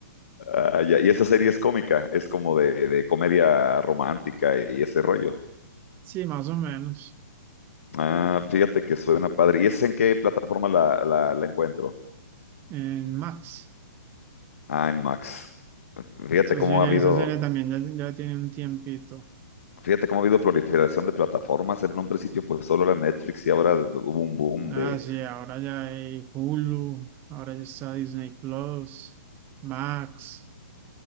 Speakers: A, on the left; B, on the right.
A: Ah, ya. Y esa serie es cómica, es como de, de comedia romántica y ese rollo.
B: sí, más o menos.
A: Ah, fíjate que suena padre. ¿Y es en qué plataforma la, la, la encuentro?
B: En Max.
A: Ah, en Max. Fíjate
B: Esa
A: cómo
B: serie,
A: ha habido,
B: esa serie también ya, ya tiene un tiempito.
A: fíjate cómo ha habido proliferación de plataformas. En un principio, pues solo era Netflix y ahora hubo un boom
B: Ah,
A: de.
B: sí, ahora ya hay Hulu, ahora ya está Disney Plus, Max,